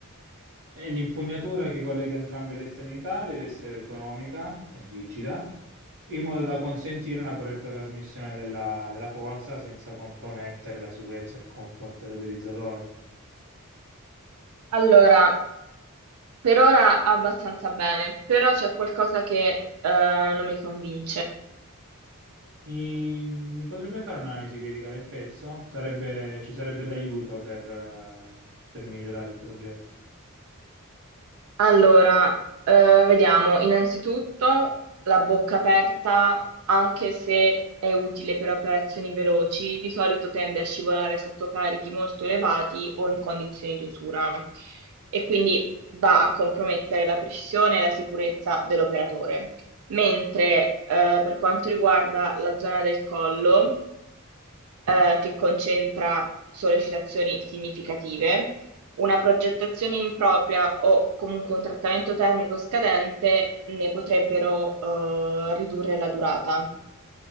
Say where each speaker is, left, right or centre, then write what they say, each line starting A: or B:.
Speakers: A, on the right; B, on the right.
A: E l'impugnatura che collega entrambe le estremità deve essere ergonomica e rigida, in modo da consentire una corretta trasmissione della, della forza senza compromettere la sicurezza e il comfort dell'utilizzatore.
B: Allora, per ora abbastanza bene, però c'è qualcosa che eh, non mi convince.
A: I- Mi potrebbe fare un'analisi critica del pezzo? Sarebbe- ci sarebbe d'aiuto per, eh, per migliorare il progetto.
B: Allora, eh, vediamo, innanzitutto la bocca aperta, anche se è utile per operazioni veloci, di solito tende a scivolare sotto carichi molto elevati o in condizioni di usura e quindi va a compromettere la precisione e la sicurezza dell'operatore. Mentre eh, per quanto riguarda la zona del collo, eh, che concentra sollecitazioni significative, una progettazione impropria o comunque un trattamento termico scadente ne potrebbero eh, ridurre la durata.